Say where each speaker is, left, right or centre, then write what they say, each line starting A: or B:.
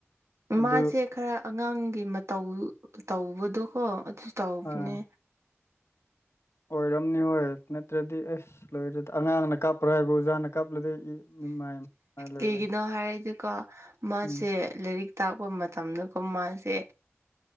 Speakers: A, on the left; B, on the right.
A: ꯑꯗꯨ
B: ꯃꯥꯁꯦ ꯈꯔ ꯑꯉꯥꯡꯒꯤ ꯃꯇꯧ ꯇꯧꯕꯗꯣꯀꯣ ꯑꯗꯨ ꯇꯧꯕꯅꯦ꯫
A: ꯑꯥ ꯑꯣꯏꯔꯝꯅꯤ ꯍꯣꯏ ꯅꯠꯇ꯭ꯔꯗꯤ ꯑꯁ ꯂꯣꯏꯔꯦꯗ ꯑꯉꯥꯡꯅ ꯀꯞꯄ꯭ꯔꯣ ꯍꯥꯏꯕꯨ ꯑꯣꯖꯥꯅ ꯀꯞꯂꯗꯤ ꯏ꯫ ꯏꯃꯥꯏ ꯃꯥꯏ ꯂꯣꯏꯔꯦ
B: ꯀꯩꯒꯤꯅꯣ ꯍꯥꯏꯔꯗꯤꯀꯣ ꯃꯥꯁꯦ
A: ꯎꯝ
B: ꯂꯥꯏꯔꯤꯛ ꯇꯥꯛꯄ ꯃꯇꯝꯗꯒ ꯃꯥꯁꯦ